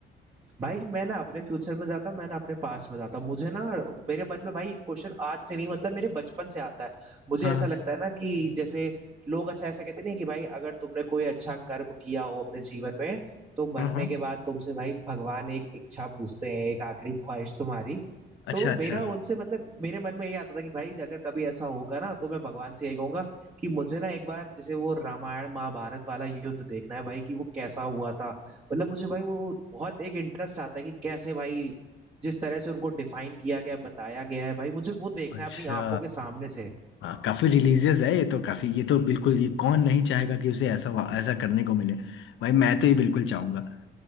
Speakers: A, on the right (about 25°); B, on the left (about 75°).
A: भाई मैं ना अपने फ्यूचर में जाता मैं ना अपने पास्ट में जाता मुझे ना मेरे मन में भाई क्वेश्चन आज से नहीं मतलब मेरे बचपन से आता है मुझे
B: हाँ
A: ऐसा
B: हाँ
A: लगता है ना कि जैसे लोग अच्छा ऐसा कहते नहीं है कि भाई अगर तुमने कोई अच्छा कर्म किया हो अपने जीवन में तो
B: हाँ
A: मरने
B: हाँ
A: के बाद तुमसे भाई भगवान एक इच्छा पूछते हैं एक आखिरी ख्वाहिश तुम्हारी
B: अच्छा
A: तो
B: अच्छा
A: मेरा उनसे मतलब मेरे मन में ये आता था कि भाई अगर कभी ऐसा होगा ना तो मैं भगवान से यही कहूंगा कि मुझे ना एक बार जैसे वो रामायण महाभारत वाला युद्ध देखना है भाई कि वो कैसा हुआ था मतलब मुझे भाई वो बहुत एक इंटरेस्ट आता है कि कैसे भाई जिस तरह से उनको डिफाइन किया गया है, बताया गया है भाई मुझे वो देखना
B: अच्छा
A: है अपनी आंखों के सामने से
B: हाँ काफी रिलीजियस है ये तो काफी ये तो बिल्कुल ये कौन नहीं चाहेगा कि उसे ऐसा ऐसा करने को मिले भाई मैं तो ये बिल्कुल चाहूंगा